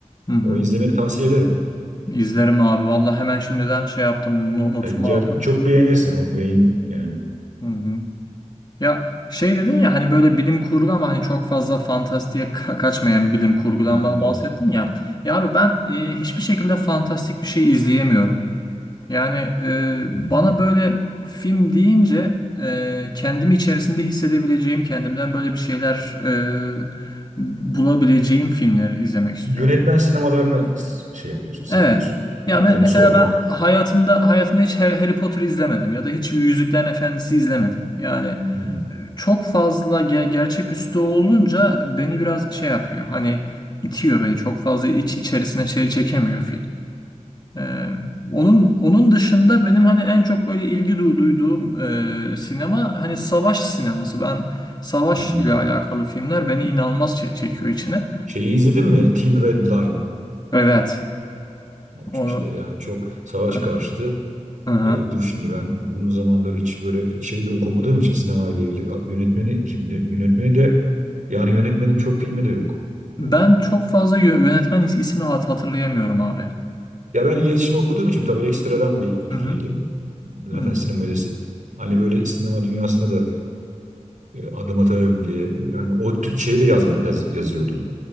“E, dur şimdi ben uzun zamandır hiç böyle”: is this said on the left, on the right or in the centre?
Right